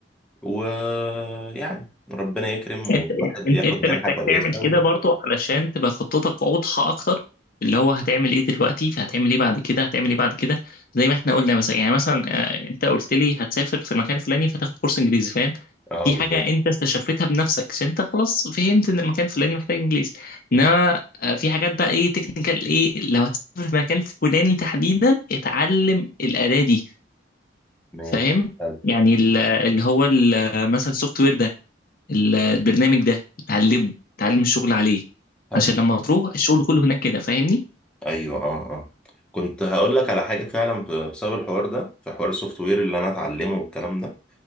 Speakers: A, in the centre; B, on the left (about 55°).
A: ويعني ربنا يكرم
B: أنت
A: والواحد
B: أنت
A: ياخد
B: أنت
A: منحة
B: محتاج
A: كويسة
B: تعمل كده
A: و...
B: برضو علشان تبقى خطتك واضحة أكتر اللي هو هتعمل إيه دلوقتي فهتعمل إيه بعد كده هتعمل إيه بعد كده زي ما إحنا قلنا مثلا يعني مثلا آه، أنت قلت لي هتسافر في المكان الفلاني فتاخد كورس إنجليزي فاهم
A: اه
B: دي
A: بالظبط
B: حاجة انت استشفتها بنفسك عشان انت خلاص فهمت ان المكان الفلاني محتاج انجليزي انما آه، في حاجات بقى ايه تكنيكال ايه لو هتسافر في مكان فلاني تحديدا اتعلم الأداة دي
A: ماشي
B: فاهم
A: حلو
B: يعني ال- اللي هو ال- مثلا السوفت وير ده ال- البرنامج ده اتعلمه اتعلم الشغل عليه
A: حلو
B: عشان لما تروح الشغل كله هناك كده فاهمني
A: ايوه اه اه كنت هقول لك على حاجة فعلا ب- بسبب الحوار ده في حوار السوفت وير اللي انا اتعلمه والكلام ده